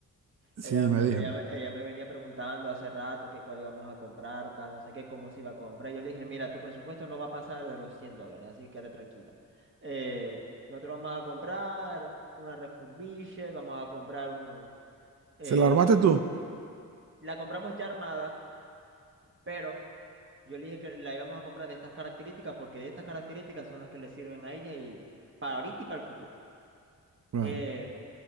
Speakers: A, on the right; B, on the right.
A: sí,
B: Ella, me-
A: me dijo.
B: ella, me- ella me venía preguntando hace rato que cuál íbamos a comprar, tal, no sé qué, cómo se iba a comprar. Yo le dije, mira, tu presupuesto no va a pasar de los 100 dólares, así que quédate tranquila. Eh, nosotros vamos a comprar una refurbished, vamos a comprar un... eh,
A: ¿Se la armaste tú?
B: la compramos ya armada, pero yo le dije que la íbamos a comprar de estas características porque de estas características son las que le sirven a ella y para ahorita y para el futuro.
A: Claro,
B: Eh,